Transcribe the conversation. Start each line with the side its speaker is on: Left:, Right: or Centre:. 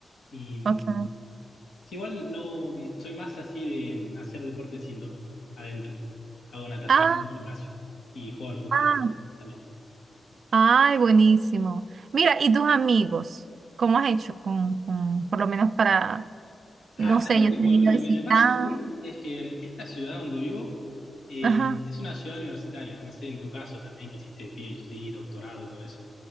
Left: Y
Right: ok.
Left: Sí, igual no, soy más así de mm, hacer deportes indoor, adentro. Hago natación
Right: Ah,
Left: y gimnasio y juego al fútbol
Right: ah,
Left: también.
Right: Ay, buenísimo. Mira, ¿y tus amigos? ¿Cómo has hecho con, con, por lo menos para, no
Left: Ah, ¿sabes
Right: sé,
Left: lo
Right: yo
Left: que,
Right: te
Left: lo,
Right: he ido visitado.
Left: lo que me pasa a mí? Es que em, esta ciudad donde vivo eh,
Right: Ajá,
Left: es una ciudad universitaria, no sé, en tu caso también que hiciste PhD, doctorado y todo eso.